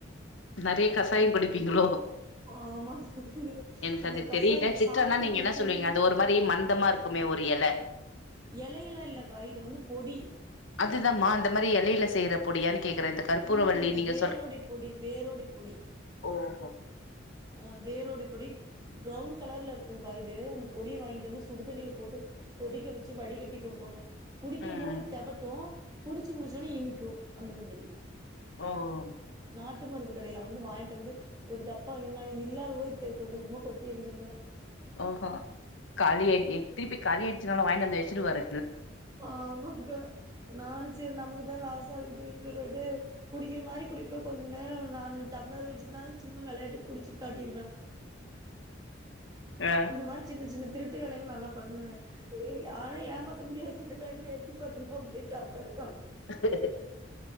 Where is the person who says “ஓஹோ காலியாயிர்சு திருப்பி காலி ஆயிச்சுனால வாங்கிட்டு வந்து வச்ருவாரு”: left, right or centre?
Left